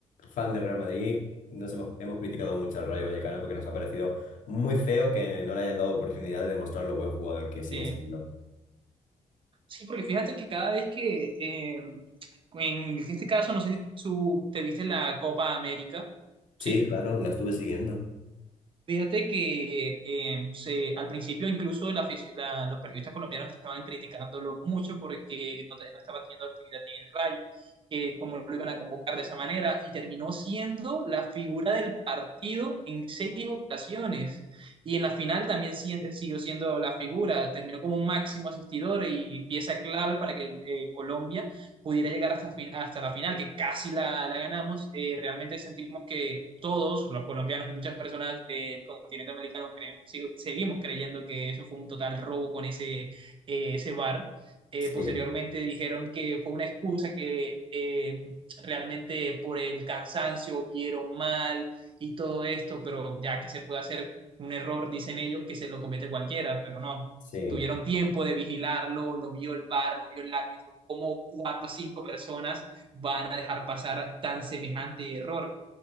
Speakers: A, on the left; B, on the right.
A: fan de Real Madrid, nos hemos, hemos criticado mucho al Rayo Vallecano porque nos ha parecido muy feo que no le hayan dado oportunidad de demostrar lo buen jugador que sigue
B: sí.
A: siendo.
B: Sí, porque fíjate que cada vez que, eh, en este caso, no sé si tú te viste la Copa América, ¿sí?
A: Sí, claro, la estuve siguiendo.
B: Fíjate que eh, se, al principio incluso la afic- la- los periodistas colombianos estaban criticándolo mucho porque no, te- no estaba teniendo actividad ni en el Rayo, eh, cómo lo iban a convocar de esa manera, y terminó siendo la figura del partido en seis ocasiones. Y en la final también si- siguió siendo la figura, terminó como un máximo asistidor y pieza clave para que eh, Colombia pudiera llegar hasta, fin- hasta la final, que casi la, la ganamos, eh, realmente sentimos que todos, los colombianos y muchas personas del continente americano, creemos, sig- seguimos creyendo que eso fue un total robo con ese, eh, ese VAR. Eh,
A: Sí,
B: posteriormente dijeron que fue una excusa que eh, realmente por el cansancio vieron mal y todo esto, pero ya que se puede hacer un error, dicen ellos, que se lo comete cualquiera, pero no,
A: sí.
B: tuvieron tiempo de vigilarlo, lo vio el VAR, lo vio el árbitro, cómo cuatro o cinco personas van a dejar pasar tan semejante error.